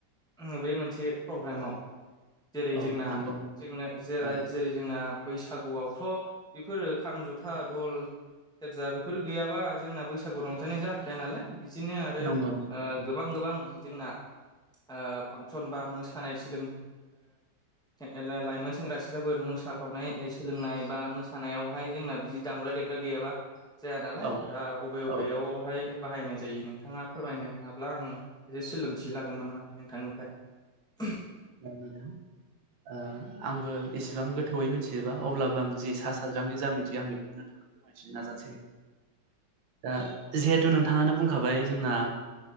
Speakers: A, in the centre; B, on the right.
A: बबे मोनसे प्रग्रामाव जेरै
B: औ
A: जोंना
B: नंगौ
A: जोंनो जेरा
B: औ
A: जेरै जोंना बैसागुआवथ' बेफोरो खाम जथा धल सेरजा बेफोर गैयाबा जोंना बैसागु रंजानाय जाखाया नालाय बिदिनो आरो
B: नंगौ नोंथां।
A: ओ गोबां गोबां जोंना ओ फांसन बा मोसानाय सोलों ओ लाइमोन सेंग्रा सिख्लाफोर मोसाखावनाय सोलोंनाय बा मोसानायावहाय जोंना बिदि दामब्रा देग्रा गैयाबा जाया नालाय
B: औ
A: दा बबे बबेयावहाय
B: औ
A: बाहायनाय जायो नोंथाङा फोरमायनो हा अब्ला आं एसे सोलोंथि लागौमोन माने नोंथांनिफ्राय
B: नायनायाव ओ आंबो एसेबां गोथौवयै मिथिजोबा अब्लाबो आं जे सा साज्रांनि जा मिथियो आं बेखौ थाङ मिथिनो नाजानोसै दा जिहेथु नोंथाङानो बुंखाबाय जोंना